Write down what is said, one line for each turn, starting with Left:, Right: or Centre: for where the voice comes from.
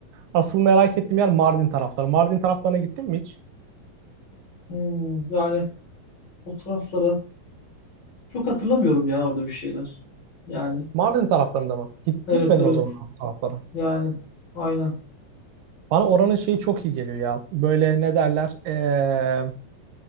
Right: Asıl merak ettiğim yer Mardin tarafları. Mardin taraflarına gittin mi hiç?
Left: Hmm, yani o taraflara çok hatırlamıyorum ya orada bir şeyler. Yani
Right: Mardin taraflarında mı? Git,
Left: evet
Right: gitmedin
Left: evet
Right: o zaman abi taraflara.
Left: yani aynen.
Right: Bana oranın şeyi çok iyi geliyor ya. Böyle ne derler? Ee,